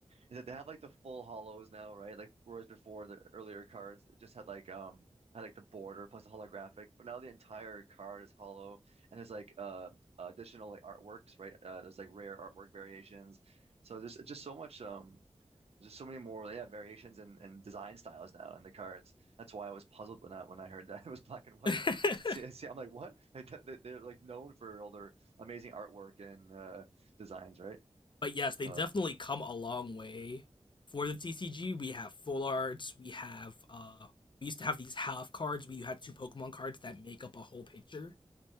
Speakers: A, on the right; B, on the left.
A: is that they have like the full hollows now, right? Like, whereas before the earlier cards it just had like, um, had like the border plus the holographic, but now the entire card is hollow, and there's like, uh, additional like artworks, right? Uh, there's like rare artwork variations. So there's just so much um There's just so many more yeah variations and, and design styles now in the cards. That's why I was puzzled when I when I heard that <laughs> it was black and white
B: <laughs>
A: because it's, it's I'm like what <laughs> they, they, they're like known for all their amazing artwork and uh, designs, right?
B: but yes, they
A: Uh,
B: definitely come a long way for the TCG. We have full arts. We have uh, we used to have these half cards. We had two Pokemon cards that make up a whole picture.